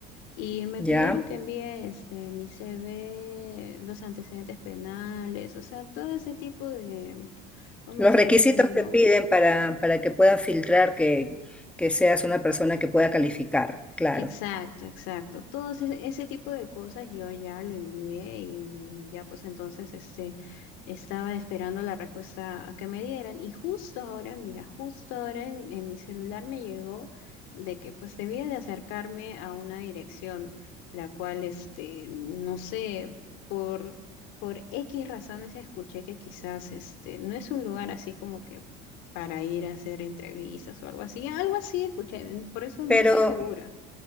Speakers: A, on the left (about 70°); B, in the centre.
A: Y me
B: ¿Ya?
A: pidieron que envíe este, mi CV, los antecedentes penales, o sea, todo ese tipo de, vamos
B: Los requisitos
A: a decirlo,
B: que piden para, para que puedan filtrar que, que seas una persona que pueda calificar, claro.
A: Exacto, exacto. Todo ese, ese tipo de cosas yo ya lo envié y ya pues entonces este estaba esperando la respuesta a que me dieran y justo ahora, mira, justo ahora en, en mi celular me llegó de que pues debía de acercarme a una dirección la cual este no sé por por X razones escuché que quizás este no es un lugar así como que para ir a hacer entrevistas o algo así, algo así escuché, por eso no
B: Pero,
A: estoy segura.